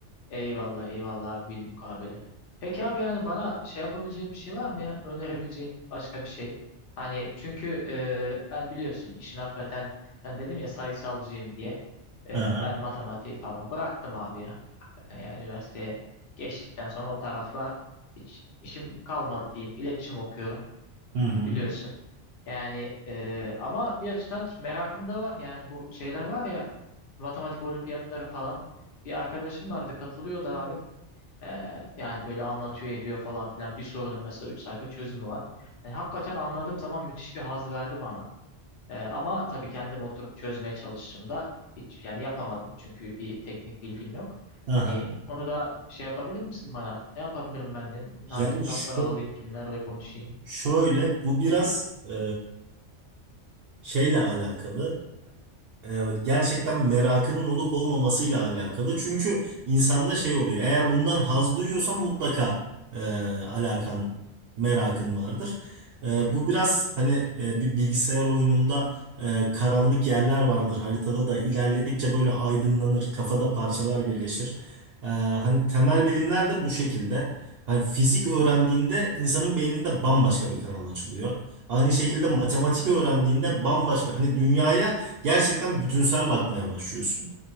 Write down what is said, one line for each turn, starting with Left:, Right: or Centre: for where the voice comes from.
Left: Eyvallah eyvallah abi bilmukabele. Peki abi yani bana şey yapabileceğin bir şey var mı ya? Önerebileceğin başka bir şey. Hani çünkü e, ben biliyorsun işin hakikaten sen dedim ya sayısalcıyım diye. E,
Right: Aha,
Left: ben matematiği falan bıraktım abi ya. Hakikaten ya üniversiteye geçtikten sonra o tarafla hiç işim kalmadı diyeyim. İletişim okuyorum
Right: hı hı,
Left: biliyorsun. Yani e, ama bir açıdan merakım da var. Yani bu şeyler var ya matematik olimpiyatları falan. Bir arkadaşım vardı katılıyordu abi. Ee, yani böyle anlatıyor ediyor falan filan bir sorunun mesela 3 sayfa çözümü var. Yani hakikaten anladığım zaman müthiş bir haz verdi bana. Ee, ama tabii kendim oturup çözmeye çalıştığımda hiç yani yapamadım çünkü bir teknik bilgim yok.
Right: aha.
Left: Hani onu da şey yapabilir misin bana? Ne yapabilirim ben de? Hangi
Right: Yani
Left: kitapları
Right: şu,
Left: alayım? Kimlerle konuşayım?
Right: şöyle bu biraz e, şeyle alakalı. e, gerçekten merakının olup olmamasıyla alakalı. Çünkü insanda şey oluyor. Eğer bundan haz duyuyorsan mutlaka e, alakan, merakın vardır. E,
Left: Hı
Right: bu
Left: hı,
Right: biraz hani e, bir bilgisayar oyununda e, karanlık yerler vardır. Haritada da ilerledikçe böyle aydınlanır, kafada parçalar birleşir. E, hani temel bilimler de bu şekilde. Hani fizik öğrendiğinde insanın beyninde bambaşka bir kanal açılıyor. Aynı şekilde
Left: hı
Right: matematik
Left: hı,
Right: öğrendiğinde bambaşka. Hani dünyaya Gerçekten bütünsel bakmaya başlıyorsun.